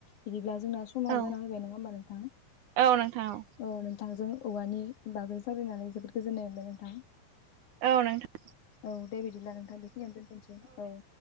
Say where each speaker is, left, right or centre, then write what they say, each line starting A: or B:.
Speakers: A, on the left; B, on the right.
A: बिदिब्ला जोंना समाबो
B: औ
A: जाना फैबाय नङा होमबा नोंथां औ
B: औ नोंथां औ
A: नों नोंथांजों औवानि बागै सावरायनानै जोबोद गोजोन्नाय मोनबाय नोंथां।
B: औ नोंथां
A: औ दे बिदिब्ला नोंथां बेखिनिययावनो दोनथ'सै औ।